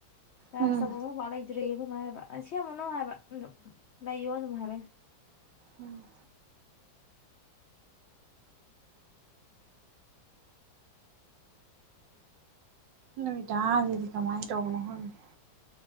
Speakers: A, on the left (about 85°); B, on the right (about 70°).
A: ꯆꯥꯁ
B: ꯎꯝ
A: ꯇꯧꯕꯝ ꯑꯃ ꯕꯥꯎ ꯂꯩꯇꯦ <unintelligible> ꯑꯈꫭꯏꯃꯥ ꯍꯥꯏꯕ ꯑꯩꯅ ꯁꯦꯝꯃꯨꯔꯅꯨ ꯍꯥꯏꯕ ꯑꯗꫭ ꯂꯩꯌꯥ ꯑꯗꯨꯝ ꯍꯥꯏꯕ ꯑꯩꯅ
B: ꯎꯝ ꯅꫭꯏꯗ ꯖꯤꯗꯤ ꯀꯃꯥꯏꯇꯧꯕꯅꫭ ꯈꯪꯗꯦ